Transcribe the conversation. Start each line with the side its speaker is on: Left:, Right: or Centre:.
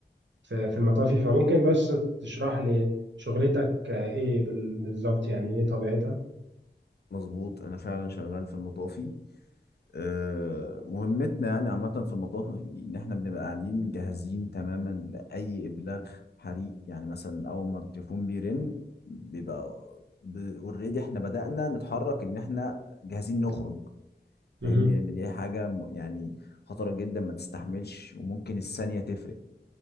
Right: في في المطافي فممكن بس تشرح لي شغلتك آه، ايه بال- بالظبط يعني ايه طبيعتها
Left: مظبوط انا فعلا شغال في المطافي أه مهمتنا يعني عامة في المطافي ان احنا بنبقى قاعدين جاهزين تماما لاي ابلاغ حريق يعني مثلا اول ما التليفون بيرن بيبقى اوريدي احنا بدأنا نتحرك ان احنا جاهزين نخرج
Right: مهم.
Left: فاهمني لان دي حاجة م- يعني خطرة جدا ما تستحملش وممكن الثانية تفرق